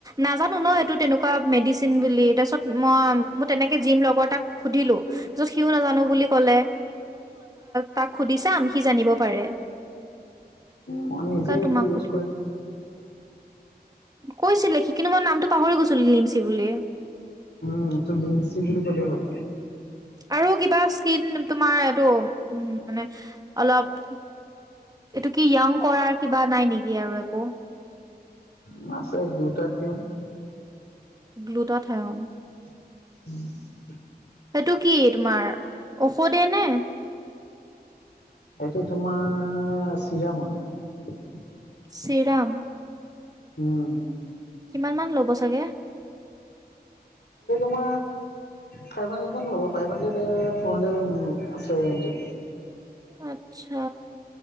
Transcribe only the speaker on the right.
নাজানো ন এইটো তেনেকুৱা মেডিচিন বুলি তাৰপিছত ম ম তেনেকে জিম লগত। তাক সুধিলো তাৰপিছত সিওঁ নাজানো বুলি ক'লে তাক সুধিছা আম সি জানিব পাৰে
কাৰণ
তোমাক
কৈছিলে সি কিন্তু মই নামটো পাহৰি গৈছিলো। বুলি
আৰু কিবা স্কিল তোমাৰ এইটো উ মানে অলপ এইটো কি য়াং কৰাৰ কিবা নাই নেকি আৰু একো
গ্লুটা ঠাইন।
সেইটো কি তোমাৰ ঔষধে নে
চিৰাম
কিমান মান ল'ব চাগে
আত্ছা